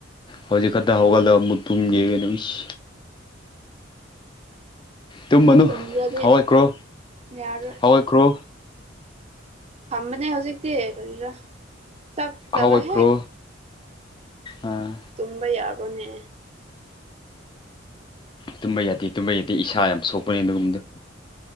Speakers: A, on the left; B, on the right.
A: ꯍꯧꯖꯤꯛ ꯈꯛꯇ ꯍꯧꯒꯠꯂꯒ ꯑꯃꯨꯛ ꯇꯨꯝꯒꯦꯌꯦ ꯀꯩꯅꯣ ꯏꯁ ꯇꯃꯅꯨ
B: ꯇꯨꯝꯗ꯭ꯔꯗꯤ
A: ꯍꯧꯒꯠꯈ꯭ꯔꯣ
B: ꯌꯥꯔꯣꯏ
A: ꯍꯧꯒꯠꯈ꯭ꯔꯣ
B: ꯐꯝꯕꯅꯦ ꯍꯧꯖꯤꯛꯛꯇꯤ ꯀꯔꯤꯔꯥ ꯆꯥꯛ ꯆꯥꯕ
A: ꯍꯧꯒꯠꯈ꯭ꯔꯣ
B: ꯍꯦꯛ
A: ꯑꯥ
B: ꯇꯨꯝꯕ ꯌꯥꯕ꯭ꯔꯥꯅꯦ
A: ꯇꯨꯝꯕ ꯌꯥꯗꯦ ꯇꯨꯝꯕ ꯌꯥꯗꯦ ꯏꯁꯥ ꯌꯥꯝ ꯁꯣꯛꯄꯅꯦ ꯑꯗꯨꯒꯨꯝꯕꯗꯣ꯫